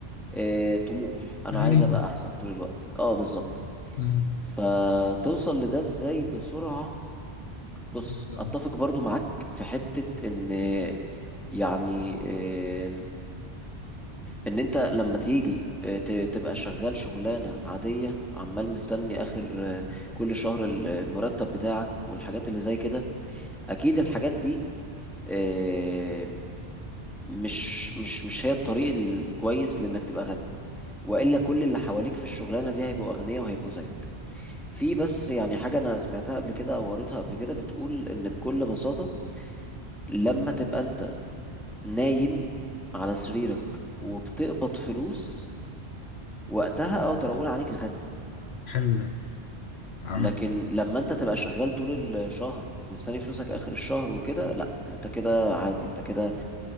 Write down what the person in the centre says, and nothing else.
آه، طموح انا
عايز ابقى احسن طول الوقت اه بالظبط
فتوصل لده ازاي بسرعة بص
اتفق برضو معاك في حتة ان يعني آم، ان انت لما تيجي آه، ت- تبقى شغال شغلانة عادية عمال مستني اخر آه، كل شهر ال- المرتب بتاعك والحاجات اللي زي كده اكيد الحاجات دي آه، مش مش مش هي الطريق الكويس لانك تبقى غني والا كل اللي حواليك في الشغلانة دي هيبقوا اغنياء وهيبقوا زيك في بس يعني حاجة أنا سمعتها قبل كده أو قريتها قبل كده بتقول إن بكل بساطة لما تبقى أنت نايم على سريرك وبتقبض فلوس وقتها اقدر اقول عليك غني
لكن لما انت تبقى شغال طول الشهر مستني فلوسك اخر الشهر وكده لا انت كده عادي انت كده